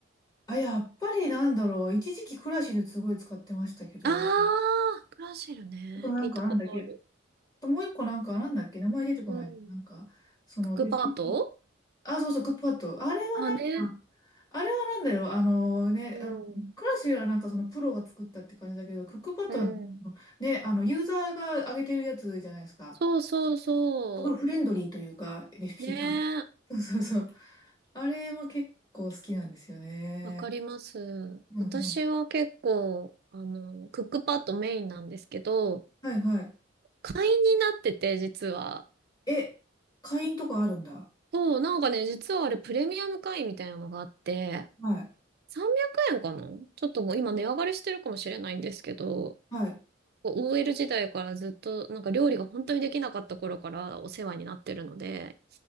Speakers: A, on the left; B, on the right.
A: あ、やっぱりなんだろう。一時期クラシルすごい使ってましたけど、
B: あー、クラシルね。
A: あとなんかなんだっけ、
B: 聞いたことある。
A: ともう一個なんか、なんだっけ、名前出てこない。
B: うん。
A: なんか、その別の、
B: クックパッド
A: あ、そうそう、クックパッド。あれはなんか、
B: あ、ね。
A: あれはなんだよ、あのね、
B: うん。
A: あのクラシルはなんかそのプロが作ったって感じだけど、クックパッドは
B: うん。
A: ね、あの、ユーザーが上げてるやつじゃないですか。
B: そうそうそ
A: すごいフレンドリーというか、レシピが。
B: う。ねえ
A: そうそうそう。あれも結構好きなんですよね。
B: わかります。
A: うんうん。
B: 私は結構、あの、クックパッドメインなんですけど、
A: はいはい。
B: 会員になってて、実は。
A: え、会員とかあるんだ。
B: そう、なんかね、実はあれプレミアム会員みたいなのがあって、
A: はい。
B: 300円かなちょっともう今値上がりしてるかもしれないんですけど、
A: はい。
B: こう OL 時代からずっと、なんか料理が本当にできなかった頃からお世話になってるので、